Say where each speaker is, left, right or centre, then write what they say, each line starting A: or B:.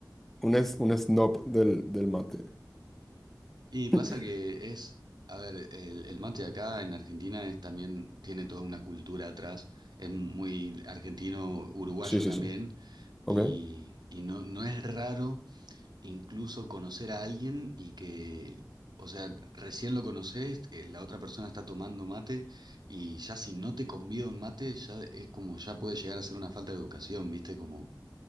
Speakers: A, in the centre; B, on the right.
A: un, es, un snob del, del mate.
B: Y pasa
A: <laughs>
B: que es, a ver, el, el mate acá en Argentina es también, tiene toda una cultura atrás, es muy argentino, uruguayo
A: Sí, sí,
B: también,
A: sí. Ok.
B: y,
A: O
B: y no, no es raro incluso conocer a alguien y que, o sea, recién lo conoces, eh, la otra persona está tomando mate y ya si no te convida un mate, ya es como, ya puede llegar a ser una falta de educación, ¿viste? Como,